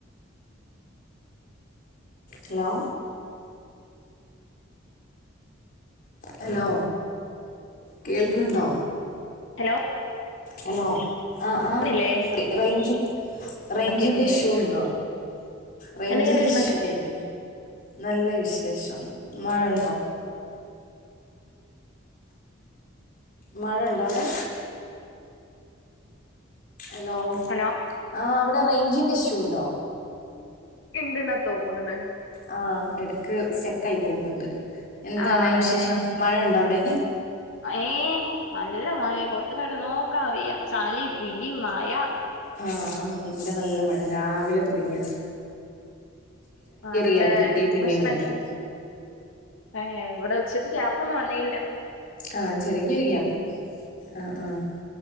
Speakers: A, on the left; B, on the left.
A: hello hello കേൾക്ക്ന്ന്ണ്ടോ
B: ഹലോ
A: ഹലോ ആ ആ
B: ണില്ലേ
A: റേ റേയ്ഞ്ചി റേഞ്ചിന്റെ
B: ആ കേൾക്കണ്ട് കേൾ
A: ഇഷ്യു ഉണ്ടോ റേഞ്ചി
B: എന്തൊക്കെയുണ്ട് വിശേഷൊക്കെ
A: ഇഷ്യു ആയിരിക്കും നല്ല വിശേഷം മഴ ഉണ്ടോ മഴ ണ്ടോ അവ്ടെ ഹലോ
B: ഹലോ
A: ആ അവ്ടെ റേഞ്ചിന്റെ ഇഷ്യൂ ഉണ്ടോ
B: ഇണ്ട്ന്നാ തോന്ന്ണ്
A: ആ എടക്ക് സ്റ്റാക്കായി പോക്ന്ന്ണ്ട് എന്താണ്
B: ആണല്ലേ
A: വിശേഷം മഴ ണ്ടോ അവിടേക്ക്
B: ഏ നല്ല മയെ പുറത്തിക്ക്അങ്ങട്ട് നോക്കാ വയ്യ ചളി പിലി മയ
A: ആ ആ ന്ന് ഇവിടെ നല്ല മഴ രാവിലെ തൊടങ്ങിയതാ
B: ആണല്ലേ
A: ഗ്യാപ്പ് കിട്ടി പിന്നെയും
B: ഭഷ്ണം
A: തുടങ്ങി
B: ഏ ഇവിടെ ഉച്ചക്ക് ക്യാപ്പൊന്നും വന്നീല്ല
A: ആഹ് ചെറിയ ഒര് ഗ്യാപ്പ്‌ ആഹ് ആഹ്